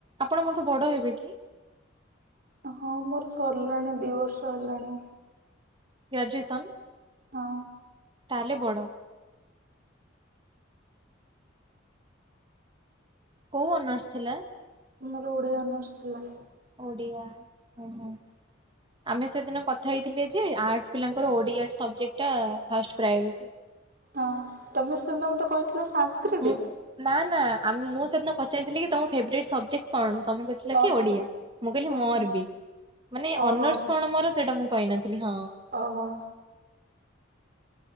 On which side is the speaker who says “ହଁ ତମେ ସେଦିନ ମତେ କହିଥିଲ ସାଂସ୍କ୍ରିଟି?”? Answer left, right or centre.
Right